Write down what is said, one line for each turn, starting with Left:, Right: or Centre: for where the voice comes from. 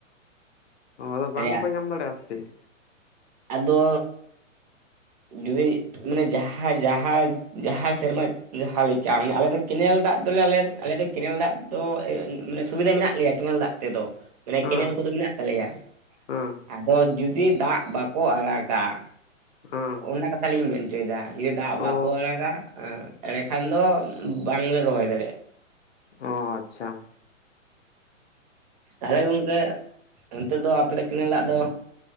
Left: ᱚ ᱟᱫᱚ
Right: ᱦᱮᱸ
Left: ᱵᱟᱝ ᱦᱚᱸᱯᱮ ᱧᱟᱢ ᱫᱟᱲᱮᱜ-ᱟ <inaudible> ᱥᱤᱫ?
Right: ᱟᱫᱚ ᱡᱩᱫᱤ ᱢᱟᱱᱮ ᱡᱟᱦᱟᱸ ᱡᱟᱦᱟᱸ ᱡᱟᱦᱟᱸ ᱥᱮᱨᱢᱟ ᱡᱟᱦᱟᱸ ᱞᱮᱠᱟ ᱢᱟᱱᱮ ᱟᱞᱮ ᱫᱚ ᱠᱮᱱᱮᱞ ᱫᱟᱜ ᱫᱚᱞᱮ ᱟᱞᱮ ᱟᱞᱮ ᱫᱚ ᱠᱮᱱᱮᱞ ᱫᱟᱜ ᱫᱚ ᱢᱟᱱᱮ ᱥᱩᱵᱤᱫᱟ ᱢᱮᱱᱟᱜ ᱞᱮᱭᱟ, ᱠᱮᱱᱮᱞ ᱫᱟᱜ ᱛᱮᱫᱚ᱾ ᱢᱟᱱᱮ
Left: ᱦᱮᱸ
Right: ᱠᱮᱱᱮᱞ ᱠᱚᱫᱚ ᱢᱮᱱᱟᱜ ᱛᱟᱞᱮᱭ-ᱟ
Left: ᱦᱮᱸ
Right: ᱟᱫᱚ ᱡᱩᱫᱤ ᱫᱟᱜ ᱵᱟᱠᱚ ᱟᱲᱟᱜ-ᱟ
Left: ᱦᱮᱸ
Right: ᱚᱱᱟ ᱠᱟᱛᱷᱟ ᱞᱤᱧ ᱢᱮᱱ ᱦᱚᱪᱚᱭ ᱫᱟ ᱡᱮ ᱫᱟᱜ
Left: ᱚ
Right: ᱵᱟᱠᱚ ᱟᱲᱟᱜ-ᱟ, ᱮᱸ ᱮᱸᱲᱮ ᱠᱷᱟᱱ ᱫᱚ ᱵᱟᱝᱞᱮ ᱨᱚᱦᱚᱭ ᱫᱟᱲᱮᱜ-ᱟ᱾
Left: ᱚ ᱟᱪᱪᱷᱟ
Right: ᱛᱟᱦᱟᱞᱮ ᱜᱚᱝᱠᱮ ᱚᱱᱛᱮ ᱫᱚ ᱟᱯᱮ ᱫᱚ ᱠᱮᱱᱮᱞ ᱫᱟᱜ ᱫᱚ